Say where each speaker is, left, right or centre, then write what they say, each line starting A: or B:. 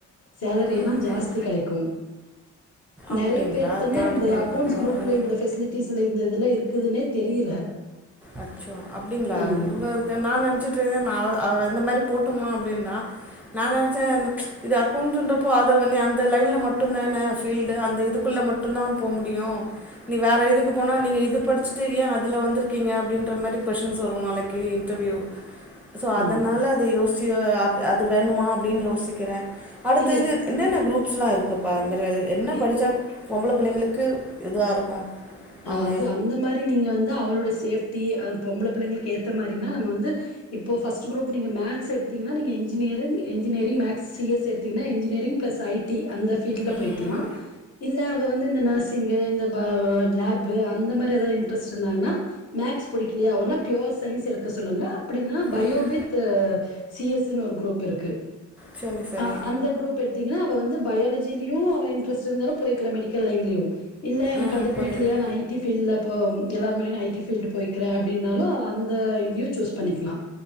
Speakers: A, on the left; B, in the centre.
A: சேலரின்னா
B: ம்
A: ஜாஸ்தி
B: ம்
A: கெடைக்கு நறைய
B: அப்டிங்களா
A: பேருக்கு வந்து
B: தேர்ட்
A: அந்த
B: குரூப்புதா
A: அக்கௌண்ட்ஸ் குரூப்ல இந்த ஃபெசிலிட்டிஸ்ல இந்த இதெல்லா இருக்குதுனே தெரியல
B: அச்சோ அப்டிங்களா
A: ம்.
B: இவ்ளோருக் குன் நா நெனச்சிட்டு நா அவர் அவ எந்த மாரி போட்டுமா அப்டின்னா நா நெனச்சே இது அக்கௌண்ஸ்ட்ன்றப்போ அதுல பண்ணி அந்த லையன்ல மட்டு தான்ன பீல்ட்டு அந்த இதுக்குள்ள மட் ட்டு தா போ முடியு நீ வேற இதுக்கு போனா நீங்க இது படிச்சுட்டு ஏ அதுல வந்துருக் க்கீங்க அப்டின்ற மாரி கொஸ்டின்ஸ் வரு நாளைக்கு இன்டர்வியூ சோ
A: ஆ.
B: அதனால யோசி அது வேணுமா அப்டின் யோசிக்கிற அடுத்த
A: இல்ல
B: இது
A: இப்
B: என்னென்ன குரூப் ஸ்லா இருக்குப்பா அது மாரி என்ன
A: இ
B: படிச்சா பொம்பள புள்ளைங்களுக்கு இதுவா இருக்கு அவங்க
A: அது அந்த மாரி நீங்க வந்து அவளுடைய சேஃப்டி பொம்பள புள்ளைங்களுக்கு ஏத்த மாரினா நம்ம வந்து இப்போ ஃபர்ஸ்ட் குரூப் நீங்க மேக்ஸ் எடுத்தீங்கனா நீங்க இஞ்ஜினியரிங் மேக்ஸ் சி எஸ் எடு த்திங்கனா இஞ்ஜினியரிங் பிளஸ் ஐ டி அந்த ஃபீல்டல
B: ம்
A: போயிக்கலா இல்ல அவ வந்து இந்த நர்சிங இந்த ப லேப்பு அந்த மாரி எதாவது இன்ட்ரெஸ்ட் இருந்தாங்கனா மேக்ஸ் புடிக்கலயா அவள பியர் சைன்ஸ் எடுக்க சொல்லுங்க அப்டினா பயோவித்
B: ம்
A: சிஎஸ்ன் ஒரு குரூப் இருக்கு
B: சரி சரி
A: அ அந்த குரூப் எடுத் தீங்னா அவ வந்து பயாலஜிலயு அவ இண்ட்ரெஸ்ட் இருந்தாலு போய்க்லா மெடிக்கல்லைன்லயு இல்ல எனக்கு
B: ம்
A: அது
B: புரியுது
A: புடிக் ஐடி ஃபீல்ல இப்போ எல்லார் மாரியு நா ஐடி ஃபீல்டு போய்கிறே அப்டின்னாலு அந்த இதையு சூஸ் பண்ணிக்லா